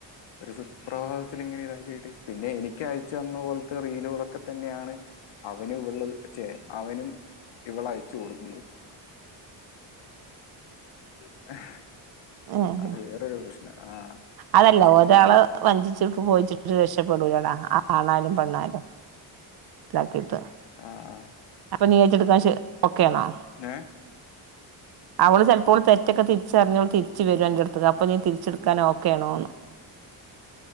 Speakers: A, on the left; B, on the right.
A: ഒരു സുപ്രവാഹത്തിൽ ഇങ്ങനെ ഇതാക്കിയിട്ട് പിന്നെ എനിക്ക് അയച്ചു തന്ന പോലത്തെ റീലുകളൊക്കെ തന്നെയാണ് അവനും ഇവള് ചേ അവനും ഇവള അയച്ചു കൊടുക്കുന്നത് <unintelligible>
B: ഉം
A: അത് വേറൊരു പ്രശ്നം ആ
B: അതല്ല
A: ഫസ്റ്റ്
B: ഒരാള് വഞ്ചിച്ചു ഇ പോയിച്ചിട്ട് രക്ഷപ്പെടൂലടാ ആ ആണായാലും പെണ്ണായാലും ഇതാക്കിട്ട്
A: ആഹ് ആഹ്
B: അപ്പൊ നീ ഏറ്റെടുക്കാൻ <unintelligible> ഓക്കെ ആണോ
A: ഏ
B: അവള് ചെലെപ്പോൾ തെറ്റൊക്കെ തിരിച്ചറിഞ്ഞവള് തിരിച്ച് വരും അന്റെടുത്ത്ക്ക് അപ്പൊ നീ തിരിച്ചെടുക്കൻ ഓക്കെണോന്ന്